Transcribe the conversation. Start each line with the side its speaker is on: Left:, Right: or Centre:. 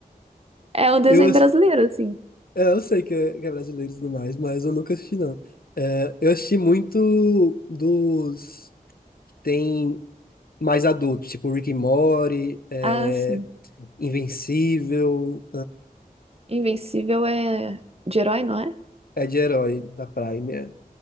Right: É um desenho
Left: Eu
Right: brasileiro, assim.
Left: é, eu sei que é, que é brasileiro e tudo mais, mas eu nunca assisti não. É, eu assisti muito dos que tem mais adultos, tipo Rick and Morty, é,
Right: Ah, sim.
Left: Invencível,
Right: Invencível é de herói, não é?
Left: É de herói da Prime. é.